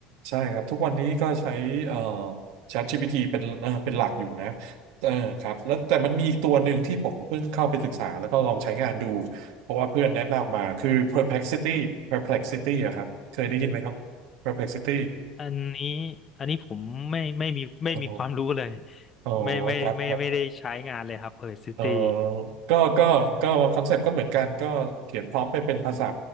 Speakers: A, on the right (about 70°); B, on the left (about 25°).
A: ใช่ครับทุกวันนี้ก็ใช้เอ่อ ChatGPT เป็นเอ่อเป็นหลักอยู่นะเออครับแล้วแต่มันมีอีกตัวหนึ่งที่ผมเพิ่งเข้าไปศึกษาแล้วก็ลองใช้งานดูเพราะว่าเพื่อนแนะนำมาคือ Perplexity Perplexity อะครับเคยได้ยินไหมครับ Perplexity
B: อันนี้อันนี้ผมไม่ไม่มีไม่มีความรู้เลย
A: อ๋ออ๋อครับครับ
B: ไม่ไม่ไม่ไม่ได้ใช้งานเลยครับ Perl City
A: เออก็ก็ก็คอนเซปต์ก็เหมือนกัน ก็เขียนพร้อมไปเป็นภาษา